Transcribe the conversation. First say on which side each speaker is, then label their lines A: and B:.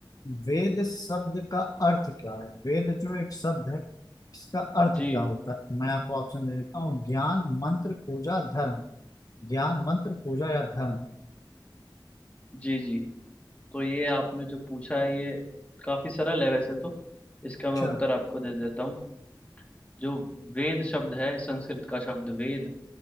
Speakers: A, on the left; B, on the left.
A: वेद शब्द का अर्थ क्या है वेद जो एक शब्द है इसका अर्थ
B: जी
A: क्या होता है मैं आपको ऑप्शन दे देता हूँ ज्ञान मंत्र पूजा धर्म ज्ञान मंत्र पूजा या धर्म
B: जी जी तो ये आपने जो पूछा है ये काफी सरल है वैसे तो इसका
A: अच्छा
B: मैं उत्तर आपको दे देता हूँ जो वेद शब्द है संस्कृत का शब्द वेद